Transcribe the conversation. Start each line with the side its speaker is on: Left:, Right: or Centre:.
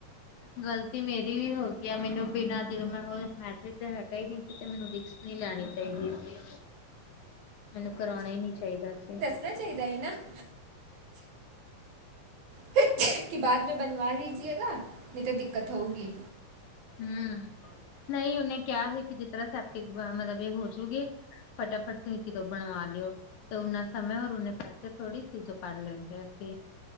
Left: ਗ਼ਲਤੀ ਮੇਰੀ ਵੀ ਹੋ ਗਈ ਆ ਮੈਨੂੰ ਬਿਨਾਂ ਜਦੋਂ ਮੈਂ ਹੋ ਮ ਜਿਦ ਹੈਗਾ ਹੀ ਨਹੀਂ ਸੀ ਤੇ ਮੈਨੂੰ ਵਿਕਸ ਨਹੀਂ ਲੈਣੀ ਚਾਹੀਦੀ ਸੀ। ਮੈਨੂੰ ਕਰਾਉਣਾ ਹੀ ਨੀ ਚਾਹੀਦਾ ਸੀ।
Right: ਨਾ ਚਾਹੀਦਾ ਸੀ ਨਾ <inaudible> <inaudible> ਕਿ ਬਾਅਦ ਮੈਂ ਬਣਵਾ ਲੀਜਏਗਾ ਨਹੀਂ ਤਾਂ ਦਿੱਕਤ ਹੋਊਗੀ।
Left: ਹੂੰ ਨਹੀਂ ਉਹਨੇ ਕਿਹਾ ਸੀ ਕਿ ਜਿਸ ਤਰ੍ਹਾਂ ਸੈਪਟਿਕ ਮਤਲਬ ਇਹ ਹੋਜੂਗੀ। ਫਟਾਫਟ ਤੁਸੀਂ ਕਿਦੋਂ ਬਣਵਾ ਲਿਓ। ਤੇ ਉਹਨਾ ਸਮੇਂ ਰ ਨੇ ਪੈਸੇ ਥੋੜ੍ਹੀ ਸੀ ਜੋ ਕਰ ਲੈਣਗੇ ਅਸੀਂ